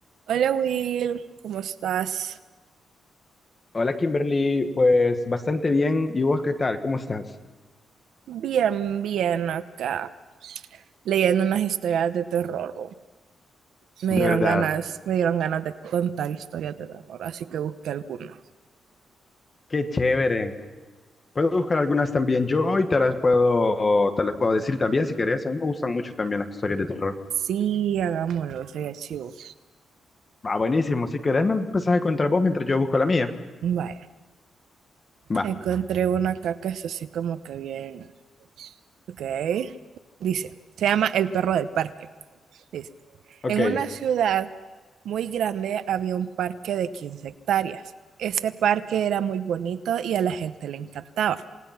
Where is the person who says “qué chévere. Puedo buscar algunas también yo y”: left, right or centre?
Left